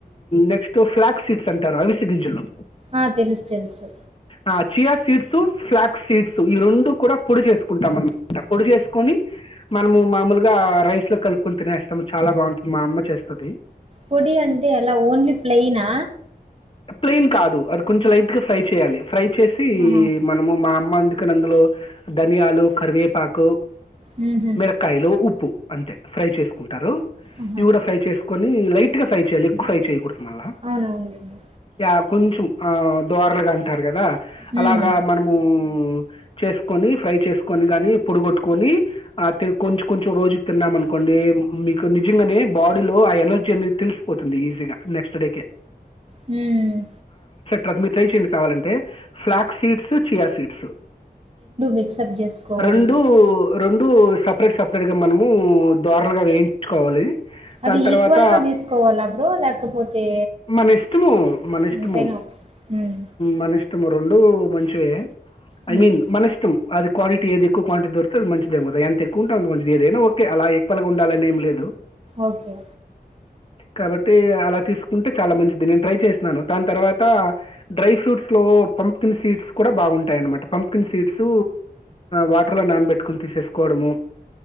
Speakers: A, on the left (about 35°); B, on the right (about 40°).
A: నెక్స్ట్ ఫ్లాక్ సీడ్స్ అంటారు అవిసెగింజలు
B: ఆ తెలుసు, తెలుసు.
A: ఆ చియా సీడ్స్ ఫ్లాక్స్ సీడ్స్ ఈ రెండు కూడా పొడి చేసుకుంటాం అన్నమాట. పొడి చేసుకొని మనము మామూలుగా రైస్లో కలుపుకొని తినేస్తాం చాలా బావుంటుంది మా అమ్మ చేస్తది.
B: పొడి అంటే ఎలా ఓన్లీ ప్లెయినా
A: ప్లెయిన్ కాదు అది కొంచెం లైట్ గా ఫ్రై చేయాలి ఫ్రై చేసి
B: ఆహా!
A: మనము మా వందుకని అందులో ధనియాలు, కరివేపాకు
B: హుహు.
A: మిరక్కాయలు ఉప్ ఉప్పు అంతే ఫ్రై చేసుకుంటారు
B: ఆహా!
A: ఇవి గుడా ఫ్రై చేస్ కొనీ లైట్ గా ఫ్రై చేయాలి ఎక్కువ ఫ్రై చేయకూడదు మల్లా
B: అవునవునులెండి.
A: ఆ కొంచెం ఆ దోర్లగా అంటారు గదా
B: హ్మ్.
A: అలాగా మనము చేసుకొని ఫ్రై చేసుకొని గాని పొడిగొట్టుకొని ఆ కొంచెం కొంచెం రోజు తిన్నామనుకోండి మీకు నిజంగానే బాడీలో ఆ ఎనర్జీ అనేది తెలిసిపోతుంది ఈజీగా నెక్స్ట్ డేకే
B: హుమ్ హు
A: బట్ మీరు ట్రై చేయండి కావాలంటే flax seeds chia seeds
B: mix up జేసుకోవాలి.
A: రెండు రెండు సపరేట్ సపరేట్గా మనము ద్వారలుగా వేయించుకోవాలి దాని
B: అది
A: తర్వాత
B: ఈక్వల్ గా తీసుకోవాల బ్రో లేకపోతే
A: మన ఇష్టము మనష్టము
B: ఎంతైనా ఓకే. హ్మ్.
A: మనిష్ ఇము రెండు మంచివే ఐ
B: హ్మ్.
A: మీన్ మనిష్టం అద్ క్వాలటీ ఏది ఎక్కువ క్వాంటిటీ దొరితే అది మంచిదే, ఎంత ఎక్కువ ఉంటే అంత మంచిది ఏదైనా ఓకే అలా ఈక్వల్ గా ఉండాలని ఏం లేదు.
B: ఓకే
A: కాబట్టి అలా తీసుకుంటే చాలా మంచ్ ది నేను ట్రై చేసినాను దాని తర్వాత డ్రై ఫ్రూట్స్ లో పంప్కిన్ సీడ్స్ కూడా బాగుంటాయనమాట, పంప్కిన్ సీడ్స్ వాటర్ లో నానబెట్టుకుని తీసేసుకోవడము.